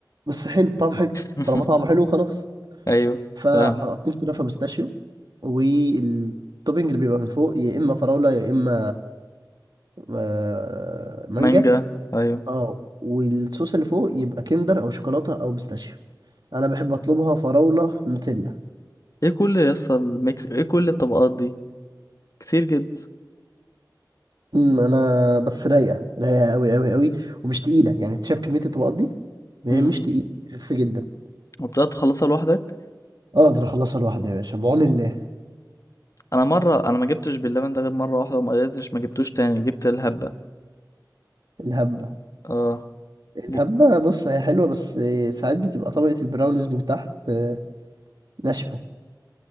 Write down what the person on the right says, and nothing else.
بس حلو طعم حلو
طالما طعمه حلو خلاص
فحطيت
كنافة بيستاشيو والتوبينج اللي بيبقى من فوق يا اما فراولة يا اما آه، مانجا
اه والصوص اللي فوق يبقى كندر او شوكولاتة او بيستاشيو انا بحب اطلبها فراوله نوتيلا
امم انا بس رايقه رايقه قوي قوي قوي ومش تقيله يعني انت شايف كميه الطبقات دي هي
مش تقيله خفيفه جدا
اقدر اخلصها لوحدي يا باشا بعون الله
الهبه
الهبه
بص هي حلوه بس ساعات بتبقى طبقه البراونيز من تحت آه، ناشفه